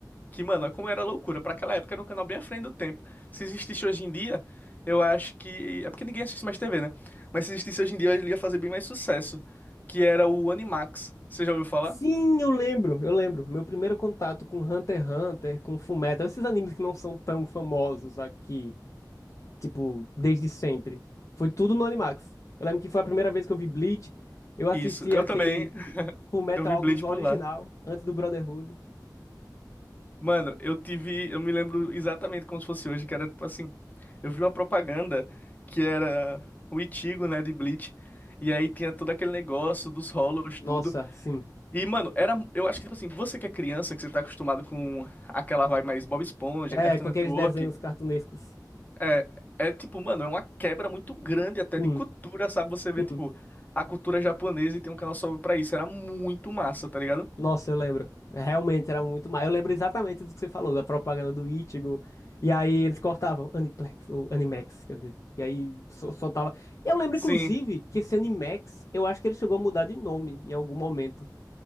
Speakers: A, on the left (about 25°); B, on the left (about 45°).
A: que, mano, é como era loucura. Pra aquela época era um canal bem à frente do tempo. Se existisse hoje em dia, eu acho que. É porque ninguém assiste mais TV, né? Mas se existisse hoje em dia, ele ia fazer bem mais sucesso. Que era o Animax. Você já ouviu falar?
B: Sim, eu lembro, eu lembro. Meu primeiro contato com Hunter x Hunter, com Fullmetal, esses animes que não são tão famosos aqui, tipo, desde sempre. Foi tudo no Animax. Eu lembro que foi a primeira vez que eu vi Bleach. Eu assisti
A: Isso, eu
B: aquele
A: também. <laughs>
B: Fullmetal
A: Eu vi
B: Alchemist
A: Bleach
B: original,
A: por lá.
B: antes do Brotherhood.
A: Mano, eu tive. Eu me lembro exatamente como se fosse hoje, que era tipo assim. Eu vi uma propaganda que era o Ichigo, né, de Bleach. E aí tinha todo aquele negócio dos rolos,
B: Nossa,
A: tudo.
B: sim.
A: E, mano, era. Eu acho que, tipo assim, você que é criança, que você tá acostumado com aquela vibe mais Bob Esponja,
B: É,
A: Cartoon
B: com
A: Network,
B: aqueles desenhos cartunescos.
A: é, é tipo, mano, é uma quebra muito grande até
B: Sim,
A: de cultura, sabe? Você vê,
B: sim.
A: tipo, a cultura japonesa e tem um canal só pra isso. Era muito massa, tá ligado?
B: Nossa, eu lembro. Realmente era muito mal. Eu lembro exatamente do que você falou, da propaganda do Ichigo. E aí eles cortavam Aniplex ou Animax, quer dizer. E aí sol- soltava. Eu lembro,
A: Sim.
B: inclusive, que esse Animax, eu acho que ele chegou a mudar de nome em algum momento.